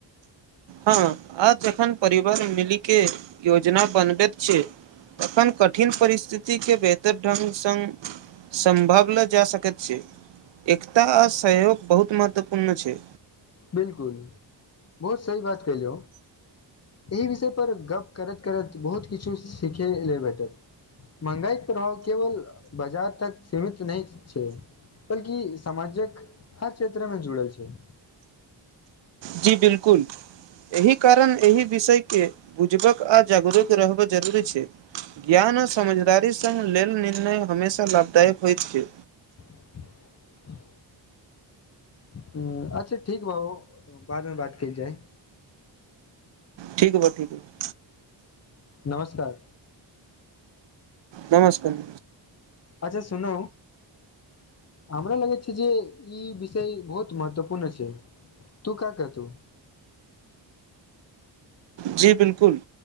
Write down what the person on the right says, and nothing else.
हँ आज जखन परिवार मिली के योजना बनबैत छै तखन कठिन परिस्थितिके बेहतर ढ़ंग संग संभव मऽ जा सकैत छी एकता आ सहयोग बहुत महत्वपूर्ण छै
जी बिल्कुल एहि कारण एहि विषयके बुझबाक आ जागरूक रहबबाक जरूरी छै ज्ञान आ समझदारी सङ्ग लेल निर्णय हमेशा लाभदायक होइत छै
ठीक बा ठीक बा
नमस्कार
जी बिल्कुल